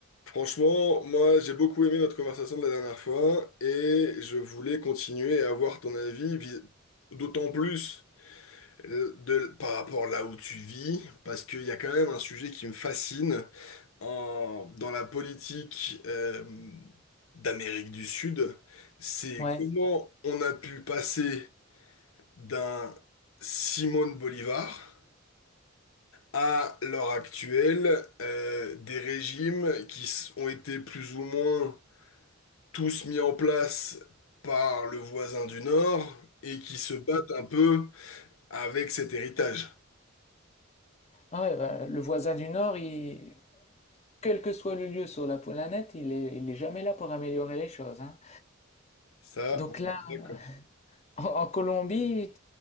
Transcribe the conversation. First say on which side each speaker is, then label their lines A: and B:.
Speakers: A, on the left (about 85°); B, on the left (about 30°).
A: Franchement, moi j'ai beaucoup aimé notre conversation de la dernière fois et je voulais continuer à avoir ton avis, vis- d'autant plus euh, de, par rapport là où tu vis, parce qu'il y a quand même un sujet qui me fascine en- dans la politique euh, d'Amérique du Sud, c'est
B: Ouais.
A: comment on a pu passer d'un Simone Bolivar à l'heure actuelle euh, des régimes qui s- ont été plus ou moins tous mis en place par le voisin du Nord et qui se battent un peu avec cet héritage.
B: Ah ouais, bah, le voisin du Nord, il... quel que soit le lieu sur la planète, il est, il est jamais là pour améliorer les choses, hein.
A: Ça,
B: Donc
A: on
B: là,
A: est d'accord.
B: <laughs> en, en Colombie,